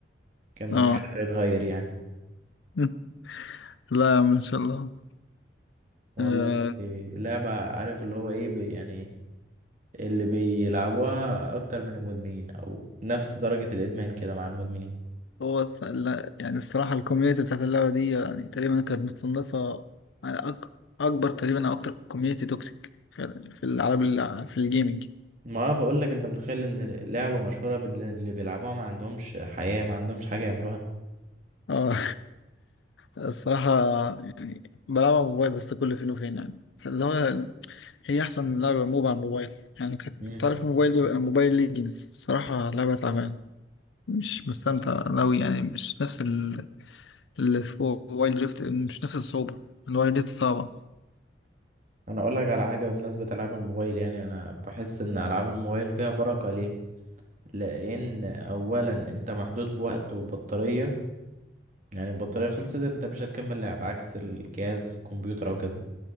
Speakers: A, on the right; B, on the left.
A: كان
B: اه
A: حالك هتتغير يعني
B: <laughs> لا يا عم ان شاء الله
A: والله
B: آه،
A: إيه، لعبة عارف اللي هو ايه ب- يعني اللي بيلعبوها اكتر من المدمنين او نفس درجة الادمان كده مع المدمنين
B: هو الص- لا يعني الصراحة الكوميونتي بتاعت اللعبة دي يعني تقريبا كانت متصنفة على أك... أكبر تقريبا أو أكتر كوميونتي توكسيك في في العالم ال- في الجيمنج
A: ما بقول لك انت متخيل ان لعبة مشهورة بال- اللي بيلعبوها ما عندهمش حياة ما عندهمش حاجة يعملوها
B: اه <laughs> الصراحة بلعبها على الموبايل بس كل فين وفين يعني اللي هو هي أحسن لعبة موب على الموبايل يعني كانت
A: مم.
B: تعرف موبايل موبايل ليجنز الصراحة لعبة تعبانة مش مستمتع أوي يعني مش نفس ال- اللي في وايلد ريفت مش نفس الصعوبة الوايلد ريفت صعبة
A: انا اقول لك على حاجة بمناسبة العاب الموبايل يعني انا بحس ان العاب الموبايل فيها بركة ليه لان اولا انت محدود بوقت وبطارية يعني البطارية خلصت انت مش هتكمل لعب عكس الجهاز كمبيوتر او كده